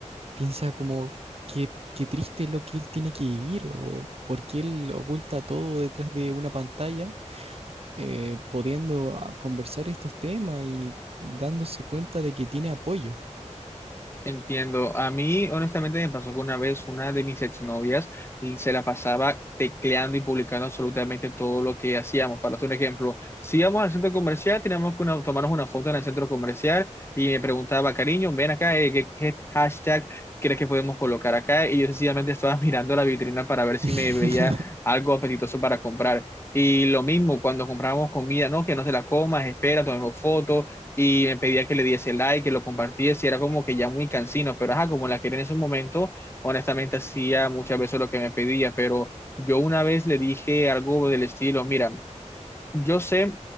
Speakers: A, on the right; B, on the left.
A: piensa como que... Qué triste lo que él tiene que vivir o por qué él oculta todo detrás de una pantalla eh, pudiendo ah, conversar estos temas y dándose cuenta de que tiene apoyo.
B: Entiendo. A mí, honestamente, me pasó que una vez una de mis exnovias y se la pasaba tecleando y publicando absolutamente todo lo que hacíamos. Para un ejemplo, si íbamos al centro comercial, teníamos que una- tomarnos una foto en el centro comercial y me preguntaba, cariño, ven acá, eh, ¿qué, qué hashtag crees que podemos colocar acá? Y yo sencillamente estaba <laughs> mirando la vitrina para ver si
A: <laughs>
B: me veía algo apetitoso para comprar. Y lo mismo cuando comprábamos comida, ¿no? Que no te la comas, espera, tomemos fotos y me pedía que le diese like, que lo compartiese, y era como que ya muy cansino, pero ajá, como la quería en esos momentos, honestamente hacía muchas veces lo que me pedía, pero yo una vez le dije algo del estilo, mira, yo sé,